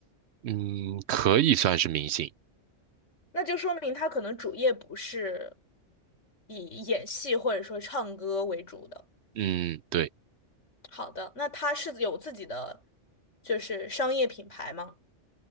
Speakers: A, on the right; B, on the left.
A: 嗯，可以算是明星。
B: 那就说明她可能主业不是以演戏或者说唱歌为主的。
A: 嗯，对，
B: 好的，那她是有自己的就是商业品牌吗？